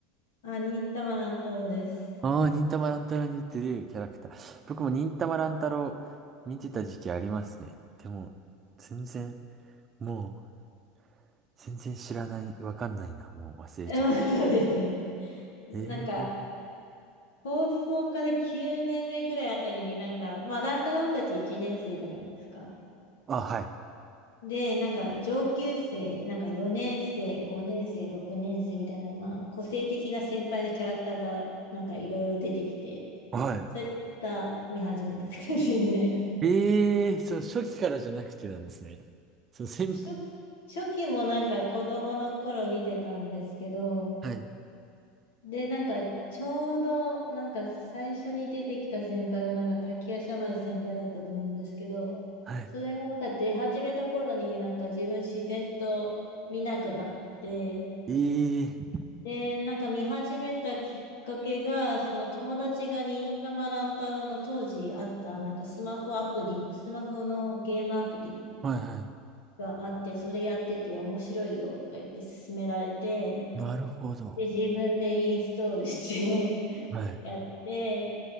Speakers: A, on the left; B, on the right.
A: あ、忍たま乱太郎です。
B: ああ、忍たま乱太郎に似てるキャラクター。僕も忍たま乱太郎見てた時期ありますね。でも、全然、もう、全然知らない、わかんないな。もう忘れちゃった。
A: うんそうですよね。なんか、
B: ええ
A: 放送から9年目ぐらいあたりになんか、まあ、乱太郎たち1年生じゃないですか。
B: あ、はい。
A: で、なんか上級生、なんか4年生、5年生、6年生みたいな、まあ、個性的な先輩のキャラクターが、なんかいろいろ出てきて、
B: はい。
A: それでまた見始めたって感じになります。
B: ええそう、初期からじゃなくてなんですね。そう、先輩。
A: 初、初期もなんか子供の頃見てたんですけど、
B: はい。
A: で、なんかちょうど、なんか最初に出てきた先輩が、なんか滝夜叉丸先輩だったと思うんですけど、
B: はい。
A: それがなんか出始めた頃に、なんか自分自然と見なくなって、
B: ええ
A: で、なんか見始めたきっかけが、その友達が忍たま乱太郎の当時あった、なんかスマホアプリ、スマホのゲームアプリ
B: はいは
A: があって、それやってて面白いよとか言って勧められて、
B: い。なるほど。
A: で、自分でインストールして <laughs>
B: はい。
A: やって、